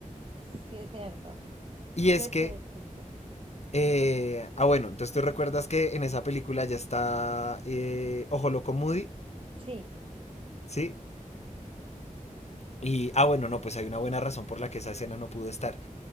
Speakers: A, on the right; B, on the left.
A: Sí, es cierto.
B: y
A: Sí,
B: es
A: es
B: que,
A: cierto.
B: eh, ah, bueno, entonces tú recuerdas que en esa película ya está eh, Ojo Loco Moody,
A: Sí. Sí.
B: ¿sí? Y, ah, bueno, no, pues hay una buena razón por la que esa escena no pudo estar.